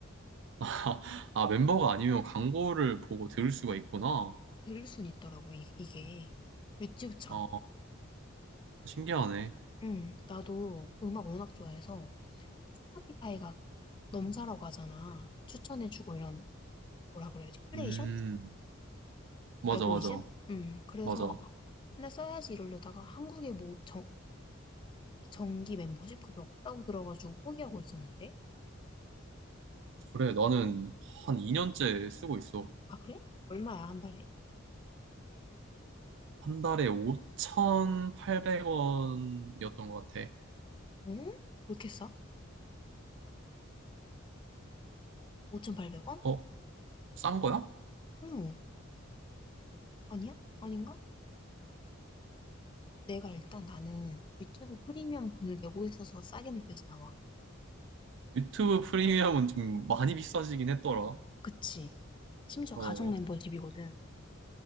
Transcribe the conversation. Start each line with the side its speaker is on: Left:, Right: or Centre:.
Right: <laughs> 아, 멤버가 아니면 광고를 보고 들을 수가 있구나.
Left: 들을 순 있더라고, 이, 이게. 튜브처럼
Right: 아, 신기하네.
Left: 응, 나도 음악 워낙 좋아해서 스포티파이가 넘사라고 하잖아. 추천해주고 이런, 뭐라 그래야지, 큐레이션?
Right: 음,
Left: 어,
Right: 맞아,
Left: 알고리즘?
Right: 맞아,
Left: 응, 그래서
Right: 맞아.
Left: 맞아. 맨날 써야지 이러려다가 한국에 뭐 정, 정기 멤버십 그게 없다고 들어가지고 포기하고 있었는데?
Right: 그래, 나는 한 2년째 쓰고 있어.
Left: 아, 그래? 얼마야, 한 달에?
Right: 한 달에 5,800원이었던 것 같아.
Left: 응? 왜 이렇게 싸? 5,800원?
Right: 어, 싼 거야?
Left: 응. 아니야? 아닌가? 내가 일단 나는 유튜브 프리미엄 분을 내고 있어서 싸게 느껴지나 봐.
Right: 유튜브 프리미엄은 좀 많이 비싸지긴 했더라.
Left: 그치? 심지어
Right: 어,
Left: 가족 멤버십이거든.